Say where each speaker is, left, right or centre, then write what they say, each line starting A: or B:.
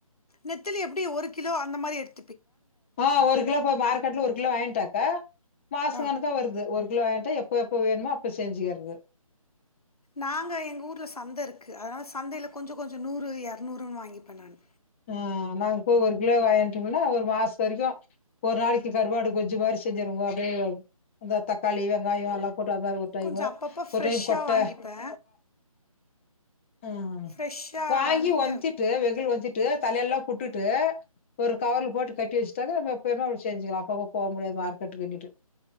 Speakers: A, on the left; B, on the left.
A: நெத்தலி எப்டி ஒரு கிலோ அந்த மாதிரி எடுத்
B: ஆஹ் ஒரு கிலோ போய் மார்க்கெட்ல ஒரு கிலோ வாங்கிட்டாக்கா மாச
A: ஆ
B: கணக்கா வருது ஒரு கிலோ வாங்கிட்டா எப்ப எப்ப வேணுமோ அப்ப செஞ்சுக்கிறது
A: நாங்க எங்க ஊர்ல சந்த இருக்கு அதனால சந்தையில கொஞ்சம் கொஞ்சம் நூறு இரநூறுன்னு வாங்கிப்பே நானு
B: ஆஹ் நாங்க போய் ஒரு கிலோ வாங்கட்டோம்ன்னா ஒரு மாசம் வரைக்கும் ஒரு நாளைக்கு கருவாடு கொஞ்சு மாதிரி செஞ்சருவோ அப்படியே இந்த தக்காளி வெங்காயம் எல்லாம் போட்டு அது மாரி ஒரு டைமு
A: கொஞ்சம் அப்பப்ப ஃப்ரெஷ்ஷா
B: ஒரு டைம் கொட்ட
A: வாங்கிப்பே
B: ஹ்
A: ஃப்ரெஷ்ஷா
B: வாங்கி
A: வாங்கிட்டு
B: ஒலத்திட்டு வெயில ஒலத்திட் தலையெல்லாம் புட்டுட்டு ஒரு கவர்ல போட்டு கட்டி வச்சுட்டா எப்ப வேனாலும் அப்ப அப்ப மார்கெட் போக முடியாது